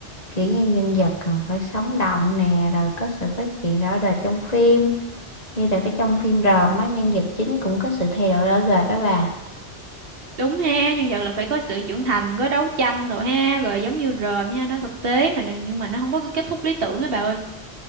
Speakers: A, on the left; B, on the right.
A: kiểu như nhân vật cần phải sống động nè rồi có sự phát triển rõ rệt trong phim như là cái trong phim ròm á nhân vật chính cũng có sự thay đổi rõ rệt đó bà
B: Đúng ha, nhân vật là phải có sự trưởng thành, có đấu tranh rồi ha, rồi giống như rờm nha, nó thực tế mà nhưng mà nó không có cái kết thúc lý tưởng ấy bà ơi.